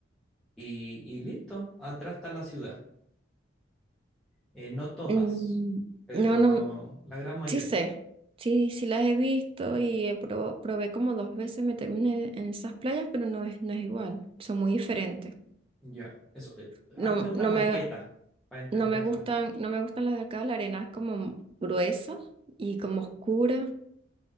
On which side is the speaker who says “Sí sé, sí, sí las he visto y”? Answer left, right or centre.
Right